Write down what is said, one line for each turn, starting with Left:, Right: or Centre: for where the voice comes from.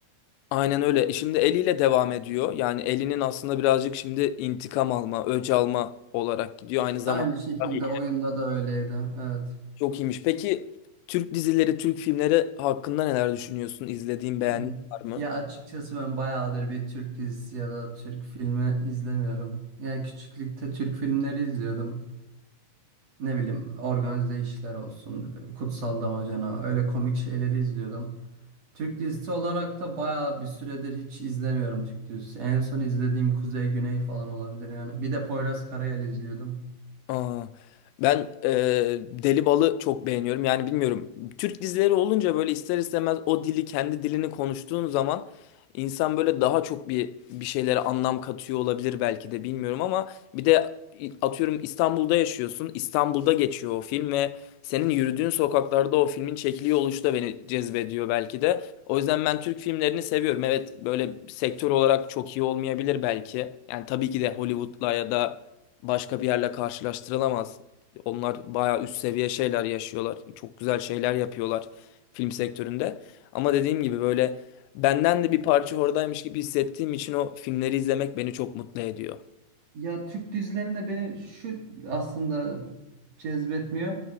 Left: Aynen öyle. E, Şimdi eliyle devam ediyor. Yani elinin aslında birazcık şimdi intikam alma, öç alma olarak gidiyor. Aynı zamanda
Right: Aynı şekilde
Left: Tabii.
Right: oyunda da öyleydi. Evet.
Left: çok iyiymiş. Peki Türk dizileri, Türk filmleri hakkında neler düşünüyorsun? İzlediğin, beğendiğin
Right: Hı hı.
Left: var mı?
Right: Ya açıkçası ben bayağıdır bir Türk dizisi ya da Türk filmi izlemiyorum. Yani küçüklükte Türk filmleri izliyordum. Ne bileyim organize işler olsun, Kutsal Damacana öyle komik şeyleri izliyordum. Türk dizisi olarak da bayağı bir süredir hiç izlemiyorum Türk dizisi. En son izlediğim Kuzey Güney falan olabilir yani. Bir de Poyraz Karayel izliyordum.
Left: Aa, ben e, Deli Bal'ı çok beğeniyorum. Yani bilmiyorum. Türk dizileri olunca böyle ister istemez o dili kendi dilini konuştuğun zaman insan böyle daha çok bir bir şeylere anlam katıyor olabilir belki de bilmiyorum ama bir de atıyorum İstanbul'da yaşıyorsun. İstanbul'da geçiyor o film ve senin yürüdüğün sokaklarda o filmin çekiliyor oluşu da beni cezbediyor belki de. O yüzden ben Türk filmlerini seviyorum. Evet böyle sektör olarak çok iyi olmayabilir belki. Yani tabii ki de Hollywood'la ya da başka bir yerle karşılaştırılamaz. Onlar bayağı üst seviye şeyler yaşıyorlar. Çok güzel şeyler yapıyorlar film sektöründe. Ama dediğim gibi böyle benden de bir parça oradaymış gibi hissettiğim için o filmleri izlemek beni çok mutlu ediyor.
Right: Ya Türk dizilerinde beni şu aslında cezbetmiyor.